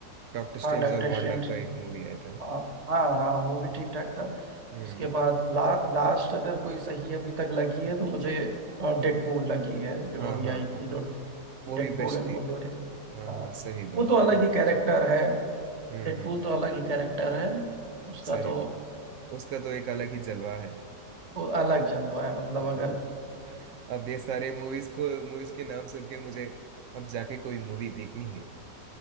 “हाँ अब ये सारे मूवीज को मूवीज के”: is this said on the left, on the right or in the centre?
Right